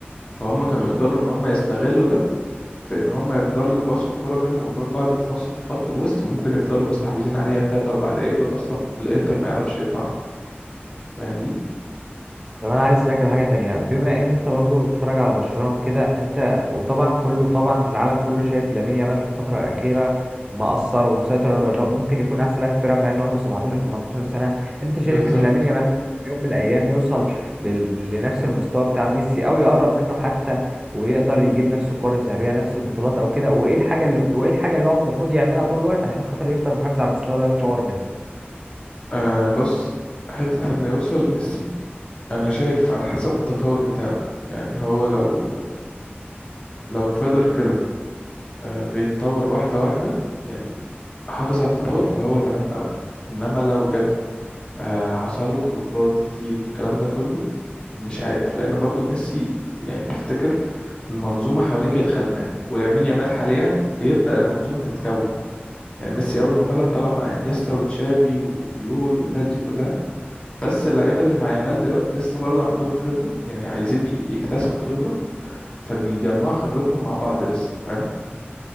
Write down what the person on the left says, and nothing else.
فهم كانوا يقدروا ان هم يستغلوا ده في ان هم يفضلوا يباصوا الكرة بينهم وبين بعض في نص في خط الوسط ممكن يفضلوا مستحوذين عليها التلات اربع دقايق دول اصلا الانتر ما يعرفش يقطعها فاهمني
بالظبط
آه بص حتة انه يوصل لميسي انا شايف على حسب التطور بتاعه يعني هو لو لو فضل كده آه، بيتطور واحدة واحدة يعني حافظ على التطور فهو تمام قوي انما لو جه آه، حصل له دروبات كتير والكلام ده كله م- مش عارف لان برضو ميسي يعني تفتكر المنظومة حواليه كانت خدماه ولامين يامال حاليا بيبدأ المنظومة تتكون يعني ميسي اول ما طلع طلع مع انيستا وتشافي وبيول والناس دي كلها بس اللعيبة اللي مع يامال دلوقتي لسه برضو عندهم خبرة يعني عايزين ي- يكتسبوا خبرة فبيجمعوا خبرتهم مع بعض لسه فاهم